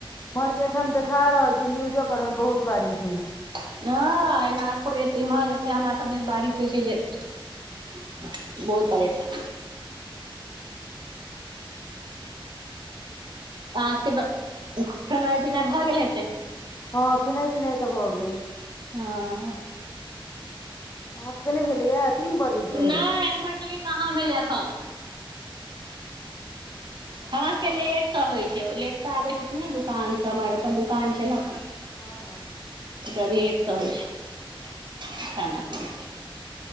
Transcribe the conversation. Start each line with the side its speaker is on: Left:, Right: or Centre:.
Left: उम्हर के एखन देखा रहल छय न्यूजो पर में बहुत बारिश होइ छै
Right: हं नागपुर इमहर एते हमरा सभ ज दिस बारिश होइ छै जे बहुत परेसा आहाँ सबके त खेनाइ पिनाइ भऽ गेल हेतै
Left: हँ खेनाइ पिनाइ तऽ भऽ गेल
Right: हं
Left: आहाँ सबके नै भेलैया तीन बजै छै
Right: नै हमर सबके कहाँ भेलै एखन हमरा सबके लेटसँ होइ छै ओ लेटसँ आबै छथिन न दुकानसँ हमर अपन दुकान छै ने
Left: हँ हँ
Right: त लेटसँ होइ छै खाना पीना